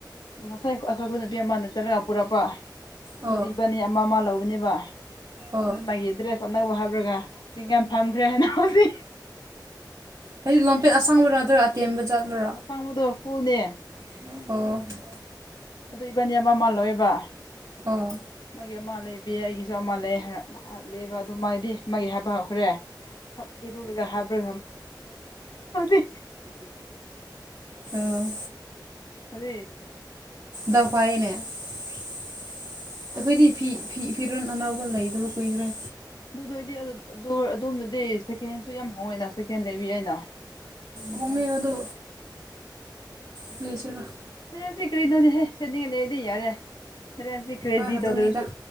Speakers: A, on the left; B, on the right.
A: ꯉꯁꯥꯏ ꯑꯩꯈꯣꯏꯈꯣꯏ ꯅꯨꯄꯤ ꯑꯃꯅ ꯆꯠꯂꯒ ꯄꯨꯔꯛꯄ ꯑꯗꯨꯗꯤ
B: ꯑꯣ
A: ꯏꯕꯥꯅꯤ ꯑꯃ ꯑꯃ ꯂꯧꯕꯅꯦꯕ
B: ꯑꯣ
A: ꯑꯗꯨ ꯃꯥꯒꯤ ꯑꯦꯗ꯭ꯔꯦꯁ ꯑꯅꯧꯕ ꯍꯥꯞꯔꯒ ꯆꯤꯡꯒ ꯊꯝꯗ꯭ꯔꯦ ꯍꯥꯏꯅ ꯍꯧꯁꯤ
B: ꯍꯥꯏꯗꯤ ꯂꯣꯡꯄꯦꯟ ꯑꯁꯥꯡꯕꯔꯣ ꯅꯠꯇ꯭ꯔꯒ ꯑꯇꯦꯟꯕ ꯆꯠꯂꯨꯔꯣ
A: ꯑꯁꯥꯡꯕꯗꯣ ꯐꯨꯜꯅꯦ
B: ꯑꯣ
A: ꯑꯗꯨ ꯏꯕꯥꯅꯤ ꯑꯃ ꯑꯃ ꯂꯧꯋꯦꯕ
B: ꯑꯣ
A: ꯃꯥꯒꯤ ꯑꯃ ꯂꯩꯕꯤꯌꯦ ꯑꯩꯒꯤꯁꯨ ꯑꯃ ꯂꯩꯌꯦ ꯍꯥꯏꯔꯥ ꯂꯩꯕ ꯑꯗꯨ ꯃꯥꯗꯤ ꯃꯥꯒꯤ ꯍꯥꯏꯕ ꯍꯧꯈ꯭ꯔꯦ <unintelligible> ꯏꯔꯨꯔꯨꯒꯦ ꯍꯥꯏꯕ꯭ꯔꯥ <unintelligible>
B: ꯑꯣ
A: ꯀꯔꯤ
B: ꯗꯐꯥꯏꯌꯦꯅꯦ ꯑꯩꯈꯣꯏꯗꯤ ꯐꯤ ꯐꯤ ꯐꯤꯔꯣꯟ ꯑꯅꯧꯕ ꯂꯩꯗꯕ ꯀꯨꯏꯈ꯭ꯔꯦ
A: ꯑꯗꯨ ꯅꯣꯏꯗꯤ <unintelligible> ꯑꯗꯣꯝꯗꯗꯤ ꯁꯦꯀꯦꯟꯍꯦꯟꯁꯨ ꯌꯥꯝ ꯍꯣꯡꯉꯦꯅ ꯁꯦꯀꯦꯟ ꯂꯩꯕ ꯌꯥꯏꯅ
B: ꯍꯣꯡꯉꯦ ꯑꯗꯨ ꯀꯔꯤꯁꯤꯔꯥ
A: ꯁꯤꯗꯗꯤ ꯀꯔꯤꯅꯨꯅꯦꯍꯦ ꯁꯦꯠꯅꯤꯡꯉꯥꯏ ꯂꯩꯔꯗꯤ ꯌꯥꯔꯦ ꯍꯨꯔꯦꯟꯗꯤ ꯀꯔꯦꯖꯤꯗꯣ
B: ꯍꯣꯏ ꯑꯗꯨꯅꯤꯗ
A: ꯗꯨꯁꯨ